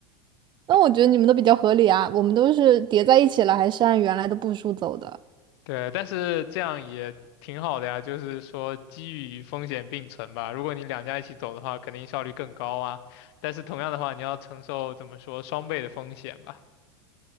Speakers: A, on the right (about 35°); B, on the left (about 65°).
A: 那我觉得你们都比较合理啊，我们都是叠在一起了，还是按原来的步数走的？
B: 对，但是这样也挺好的呀，就是说机遇与风险并存吧。如果你两家一起走的话，肯定效率更高啊。但是同样的话，你要承受怎么说双倍的风险吧。